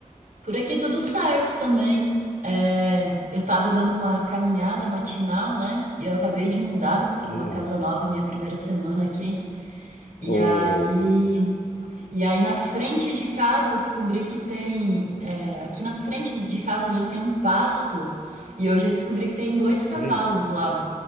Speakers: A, on the right (about 80°); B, on the left (about 75°).
A: Por aqui tudo certo também. É, eu tava dando uma caminhada matinal, né? E eu acabei de mudar, tô numa
B: Hum,
A: casa nova, minha primeira semana aqui. E
B: oh,
A: aí, e aí na frente de casa eu descobri que tem, é, aqui na frente de casa mesmo tem um pasto. E hoje eu descobri que tem dois cavalos
B: hum,
A: lá.